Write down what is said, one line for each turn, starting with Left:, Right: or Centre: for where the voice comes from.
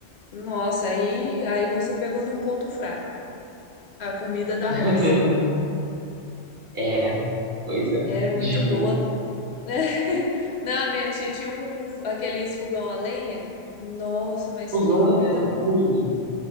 Left: Nossa, aí, aí você pegou num ponto fraco. A comida da
Right: <laughs>
Left: roça.
Right: É, pois é.
Left: Era muito
Right: Desculpa.
Left: boa. <laughs> Não, minha tia tinha um, aqueles fogão a lenha. Nossa, mas
Right: Fogão,
Left: que comida
Right: ale-
Left: boa.
Right: ui.